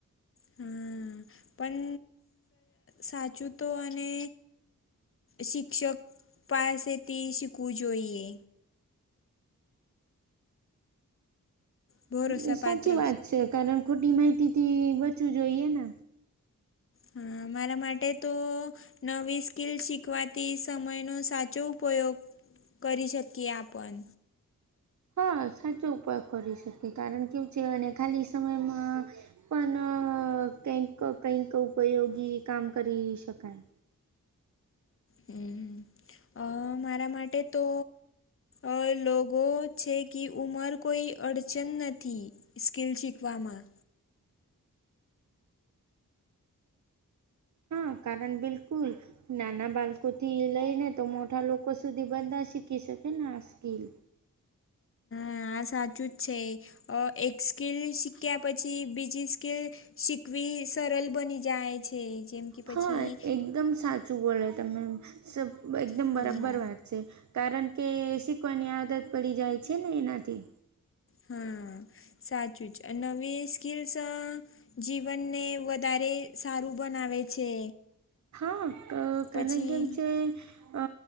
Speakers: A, on the left (about 40°); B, on the right (about 55°).
A: હુ પન સાચું તો અને શિક્ષક પાસે તી શીખવું જોઈએ. ભરોસાપાત્ર
B: ઈ સાચી વાત છે. કારણ ખોટી માહિતી થી બચવું જોઈએ ને.
A: હા મારા માટે તો, નવી સ્કિલ શીખવાતી સમયનો સાચો ઉપયોગ કરી શકીએ આ પન
B: હા સાચો ઉપયોગ કરી શકીએ. કારણ કે કેવું છે અને ખાલી સમયમાં પણ કંઈક કંઈક ઉપયોગી કામ કરી શકાય.
A: હુ અ મારા માટે તો અ લોગો છે કે, ઉંમર કોઈ અડચણ નથી. સ્કીલ શીખવામાં.
B: હ કારણ બિલકુલ! નાના બાળકો થી લઈ ને તો મોઢા લોકો સુધી બધા શીખી શકે ને આ સ્કીિલ.
A: હા. આ સાચું જ છે. એક સ્કિલ શીખ્યા પછી બીજી સ્કિલ શીખવી સરલ બની જાય છે. જેમ કે પછી
B: હા એકદમ સાચું બોલો તમે એમ એકદમ
A: હા
B: બરાબર વાત છે. કારણ કે શીખવાની આદત પડી જાય છે ને ઈનાથી.
A: હા સાચું જ. નવી સ્કિલ્સ જીવનને વધારે સારું બનાવે છે.
B: હા કારણ
A: પછી
B: કેમ છે, અ